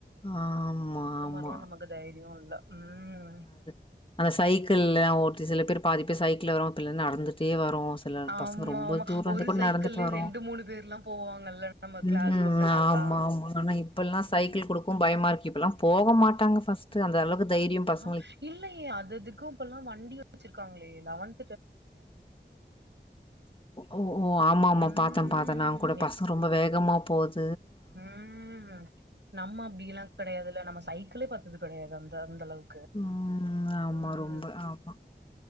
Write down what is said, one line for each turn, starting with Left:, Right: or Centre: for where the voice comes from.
Left: ஆமா
Right: இந்த
Left: ஆமா
Right: மாதிரிலா நமக்கு தைரியம் இல்ல உம்
Left: அது அந்த சைக்கிள் எ ஓட்டி சில பேர் பாதி பேர் சைக்கிள் வரும் பிள்ள நடந்துட்டே வர வோ சில
Right: ஆமா
Left: பசங்க ரொம்ப
Right: ஆமா
Left: தூரம் இருந்து
Right: ஒரு
Left: கூட
Right: சைக்கிள்லயே
Left: நடந்துட்டு வரும்
Right: ரெண்டு மூணு பேர்லா போவாங்கல்ல நம்ம
Left: உம்
Right: கிளாஸ் பசங்கல்லா
Left: ஆமா ஆமா ஆனா இப்பல்லா
Right: ம்
Left: சைக்கிள் குடுக்கும் பயமா இருக்கு இப்பல்லா போக மாட்டாங்க ஃபர்ஸ்ட்டு அந்த அளவுக்கு தைரியம் பச
Right: ஆ இல்லையே அதுதெக்கும் இப்பல்லாம் வண்டிய வெச்சிருக்காங்களே லவன்
Left: ஓ ஓ ஆமா ஆமா
Right: ம்.
Left: பாத்தேன் ப்த்தேன் நான் கூட பசம் ரொம்ப வேகமா போகுது
Right: உம் நம்ம அப்படி எல்லாம் கெடையாது இல்ல நம்ம சைக்கிளே பாத்தது கெடையாது அந்த அந்த அளவுக்கு
Left: உம் ஆமா
Right: ம்.
Left: ரொம்ப ஆமா